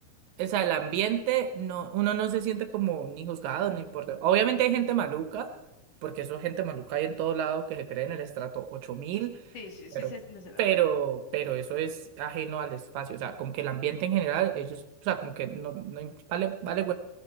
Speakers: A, on the right (about 75°); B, on the left (about 65°).
A: O sea, el ambiente, no, uno no se siente como ni juzgado, ni importa. Obviamente hay gente maluca, porque eso gente maluca hay en todo lado que se cree en el estrato ocho mil
B: Sí, sí,
A: pero,
B: sí, sí, sí, sí, no.
A: pero, pero eso es ajeno al espacio. O sea, como que el ambiente en general, ellos, o sea, como que no, no im- vale, vale